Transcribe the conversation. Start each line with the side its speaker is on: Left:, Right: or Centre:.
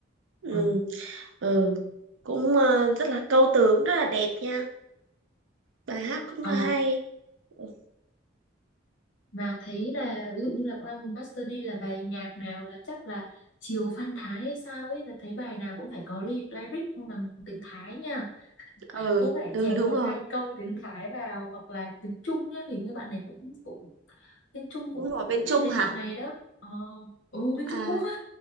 Right: ừ,
Left: ờ.
Right: ừ. cũng ờ, rất là câu từ cũng rất là đẹp nha bài hát cũng
Left: Ờ,
Right: là hay ừ
Left: mà thấy là ví dụ như là qua một master đi là bài nhạc nào là chắc là chiều Phan Thái hay sao ấy là thấy bài nào cũng phải có ly- lyric bằng tiếng Thái nha
Right: ừ,
Left: cũng phải
Right: đúng
Left: chèn
Right: đúng
Left: một
Right: rồi
Left: hai câu tiếng Thái vào hoặc là tiếng Trung nhá hình như bạn này cũng cũng tiếng Trung cũng
Right: cũng nổi
Left: cũng
Right: bên
Left: biết
Right: Trung
Left: đến
Right: hả
Left: bạn này đó ờ ừ bên
Right: à,
Left: Trung Quốc á